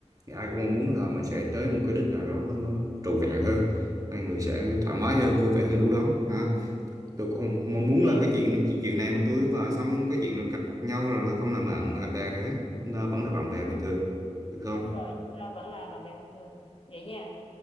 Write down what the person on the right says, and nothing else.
thì ai cũng
mong muốn là mình sẽ tới một cái đích nào đó nó, nó trọn vẹn hơn hai người sẽ thoải mái hơn vui vẻ hơn lúc đó ha tôi cũng không mong
muốn là cái
chuyện
chuyện chuyện này mà tôi và xong cái chuyện là cạch mặt nhau rồi là không làm bạn làm bè nữa chúng ta vẫn là bạn bè bình thường được không